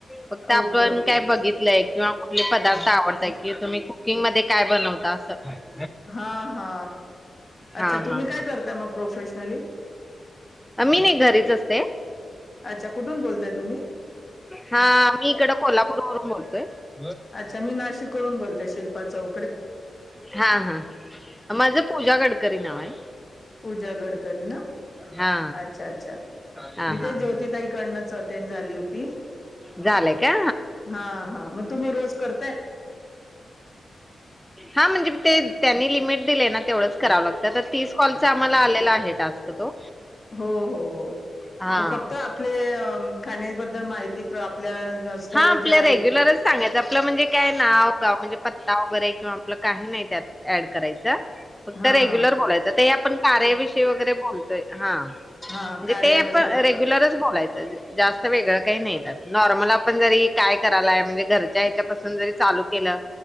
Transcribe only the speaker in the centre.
फक्त
आपण
काय बघितलंय. किंवा कुठले पदार्थ आवडतात कि तुम्ही कुकिंगध्ये काय बनव..? दास <unintelligible>
हा
हा
हा
मी नी घरीच असते.
हां मी इकडं कोल्हापूर.. ून बोलतय <unintelligible>
हां हां माझं पूजाकर.... करी नाव आहे.
हा
हा
हा
हा
झालंय का
हां, म्हणजे ते त्यांनी लिमिट दिलंय ना? तेवढंच करावं लागत तर तीस कॉलचा आम्हाला आलेला आहे टास्क तो.
हा
हा आपल्या
रेग्युलरच. सांगायचं आपलं म्हणे काय नाव-गाव म्हणजे पत्ता वगैरे किंवा आपले काही नाही त्यात ऍड करायचं. फक्त
रेग्युलर
बोलायचं. ते आपण कार्याविषयी वगैरे बोलतोय हां. म्हणजे
ते आपण रेग्युलरच बोलायचं जास्त वेगळं काही नाही त्यात नॉर्मल आप. आपण जरी काय करायलाय म्हणजे घरच्या ह्याच्यापासून जरी चालू केलं..